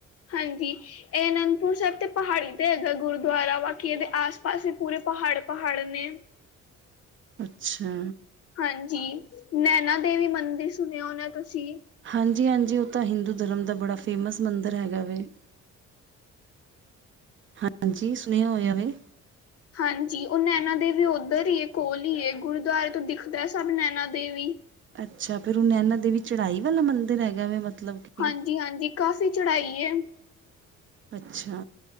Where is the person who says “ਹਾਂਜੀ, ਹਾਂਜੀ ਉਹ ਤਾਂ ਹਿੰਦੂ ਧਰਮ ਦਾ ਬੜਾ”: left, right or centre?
Right